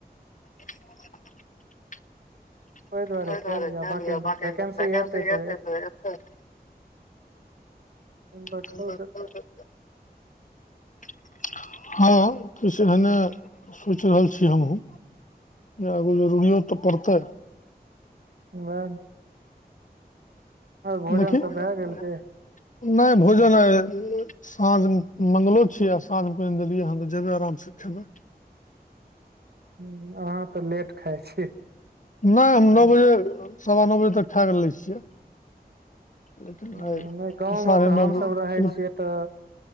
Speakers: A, on the left; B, on the right.
A: <inaudible>
B: ओहि दुआरे
A: होेय
B: कए
A: ब
B: लिअ बाँकी
A: वसी
B: वैकेंसी तऽ
A: एतै <inaudible>
B: देखल
A: <unintelligible>
B: जेतै
A: <inaudible> हँ किछु एहने सोचि रहल छी हमहुूँ आगु जरूरीयो तऽ पड़तै
B: उवाह भोजन
A: देखहिन
B: सब भए गेल कि
A: नहि भोजन साँझ मंगगलो छीयै आ साँझ मे पान देलियै ह तऽ जेबै आराम से खेबै
B: हम्म अहाँ तऽ लेट खाइ छी
A: नहि हम
B: हूँ
A: नौ बजे सवा नौ बजे तक खाय लै छियै लेकिन
B: ह
A: आइ
B: नहि गाँवमे
A: साढ़े
B: तऽ
A: नओ
B: हमसभ
A: बजे
B: रहै छियै तऽ